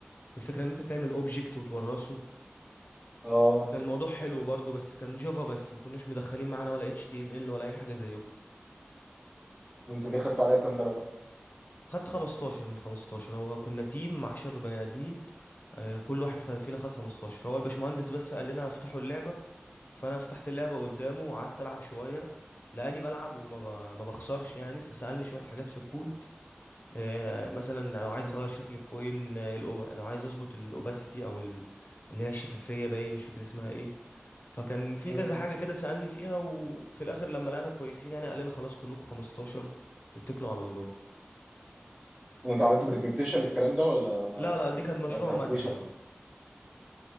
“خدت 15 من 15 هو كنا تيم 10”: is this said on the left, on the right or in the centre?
Left